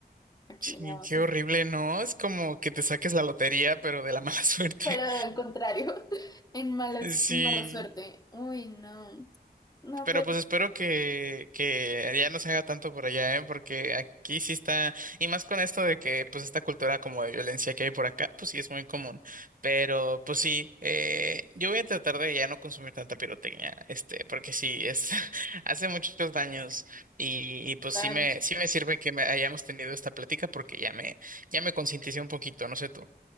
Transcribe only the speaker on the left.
Aquí
le llamamos
así.
Pero al contrario, <laughs> en malas,
en mala suerte. Uy, no. No,
pero
tal.